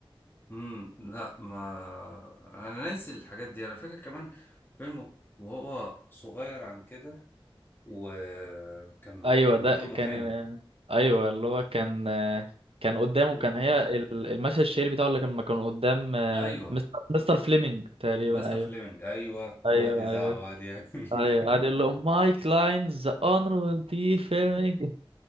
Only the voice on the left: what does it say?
امم لا ما انا ناسي الحاجات دي انا فاكر كمان فيلم وهو صغير عن كده وكان
في دور محامي
امم
ايوه
مستر
فليمنج ايوه وقعد
يزعق
وقعد يعمل
<laughs>